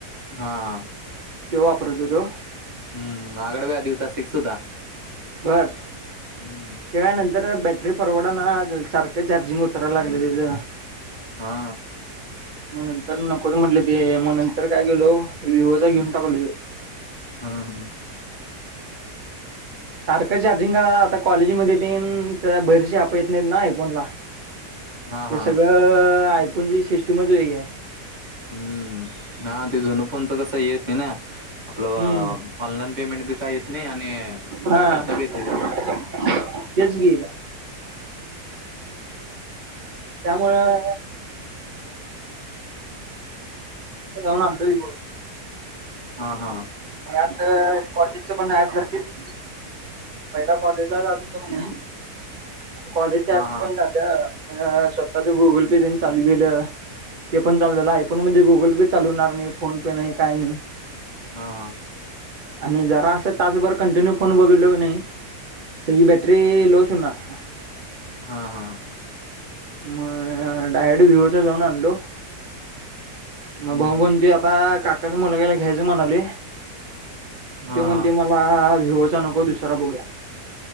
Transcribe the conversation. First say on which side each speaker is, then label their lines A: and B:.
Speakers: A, on the right (about 30°); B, on the right (about 45°).
A: हा हा.
B: त्यो वापरत होतो.
A: हम हम माझ्याकडं बी आधी होता. सिक्स होता.
B: बर.
A: हम्म.
B: त्यानंतरण बॅटरी परवडा ना सारखं चार्जिंग उतरायला लागलं तेझ.
A: हा.
B: मग नंतर नकोच म्हटलं ते, मग नंतर काय केलो. विवोचा घेऊन टाकलो ह्यो.
A: हा हम.
B: सारखं चार्जिंग करा. आता कॉलेजमध्ये तेन त्या बाहेरची अँप येत नाहीत ना आय फोनला.
A: हा
B: ते
A: हा
B: सगळं आयफोन ची सिस्टिमच वेगळी आहे.
A: हम्म हा. ते जुन फोनचं कसं येत नाही ना. आपलं
B: हम्म
A: ऑनलाईन पेमेंट बी काय येत नाही. आणि
B: हा
A: काय करता बी येत नाही त्यात.
B: तेच की, त्यामुळं व जावून आणलो हित.
A: हा हा.
B: ह्यातल कॉलेजचे पण नाही अँप भरतील. पहिला कॉलेजला जात होतो कणी कॉलेजच्या
A: हा
B: ऍपस
A: हा
B: पण जात व स्वतःच गुगल पे तेन चालू केलं. ते पण चालु झालं. आय फोन मध्ये गुगल पे चालू होणार नाही. फोन पे नाही काही नाही.
A: हा हा.
B: आणि जरासं तास भर कंटिन्यू फोन बघितलो की नाही सगळी बॅटरी लोअच होणार.
A: हा हा.
B: मग डायरेक्ट विवोचा जाऊन आणलो. मग
A: हम्म
B: भाऊ
A: हम्म
B: म्हणतोय आता काकाच्या मुलग्याला घ्यायच म्हणालोय.
A: हा
B: तो म्हणतोय
A: हा
B: मला विवोचा नको दुसरा बघूया.